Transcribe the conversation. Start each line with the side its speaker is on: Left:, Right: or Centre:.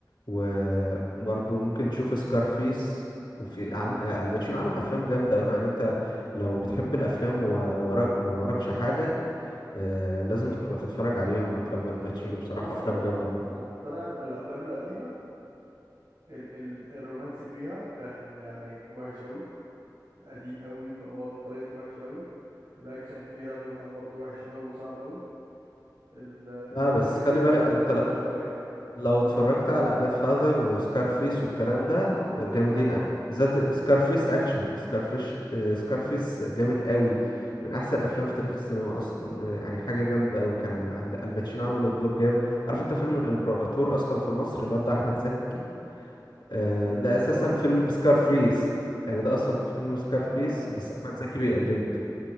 Right: مم.
Left: وبرضو ممكن تشوف سكارفيس وفي عم... آه، الباتشينو عامل افلام جامده قوي يعني انت لو بتحب الافلام وما ورا... ما وراكش حاجه آه، لازم تبقى تتفرج عليهم افلام الباتشينو
Right: اصل
Left: بصراحه
Right: بص
Left: افلام
Right: انا ببع...
Left: جامده قوي
Right: انا مقتنع بان الافلام القديمه ال... ال... الرومانسي فيها كان يعني وحش قوي قديم قوي فهو طريقته وحش قوي الاكشن فيها بيبقى برضو وحش قوي وصعب قوي ال... الكوميدي
Left: لا بس خلي
Right: بيبقى
Left: بالك انت
Right: مقبول شويه
Left: لو اتفرجت على جاد فاذر وسكارفيس والكلام ده
Right: ما هو دول
Left: جامدين
Right: دراما
Left: أ- بالذات سكارفيس اكشن سكارفيش آه، سكارفيس جامد قوي من احسن الافلام في تاريخ السينما اصلا آه، يعني حاجه جامده قوي كان ال- الباتشينو عمل الدور جامد عارف انت فيلم
Right: مم.
Left: الامبراطور اصلا في مصر اللي هو بتاع احمد زكي آه،
Right: اه
Left: ده اساسا
Right: آه،
Left: فيلم
Right: سمعت
Left: سكارفيس
Right: عنه برضه
Left: يعني ده اصلا فيلم سكارفيس
Right: اه
Left: بس احمد زكي بيقلده